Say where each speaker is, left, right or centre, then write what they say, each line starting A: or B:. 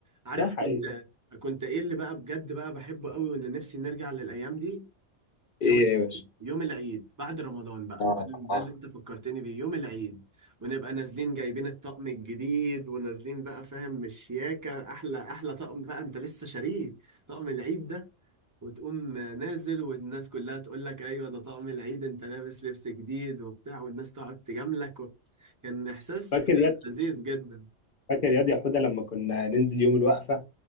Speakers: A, on the right; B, on the left.
A: عارف
B: ده حقيقي
A: كنت كنت ايه اللي بقى بجد بقى بحبه قوي وان نفسي نرجع للأيام دي
B: ايه
A: يوم
B: يا باشا
A: يوم العيد بعد رمضان بقى
B: اه
A: ده ال- ده
B: اه
A: اللي انت فكرتني بيه يوم العيد ونبقى نازلين جايبين الطقم الجديد ونازلين بقى فاهم مشياكة احلى احلى طقم بقى انت لسه شاريه طقم العيد ده وتقوم نازل والناس كلها تقول لك ايوه ده طقم العيد انت لابس لبس جديد وبتاع والناس تقعد تجاملك و... كان احساس
B: فاكر ياد
A: لذيذ جدا
B: فاكر ياد يا حوده لما كنا ننزل يوم الوقفه